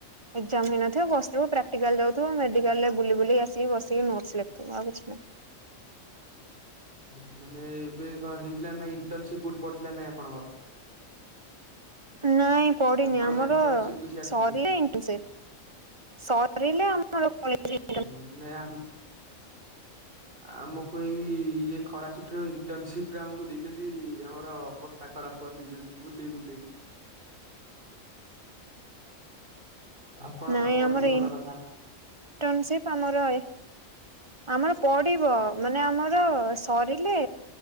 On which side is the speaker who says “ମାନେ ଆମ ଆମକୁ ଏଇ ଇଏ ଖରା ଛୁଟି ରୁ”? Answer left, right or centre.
Right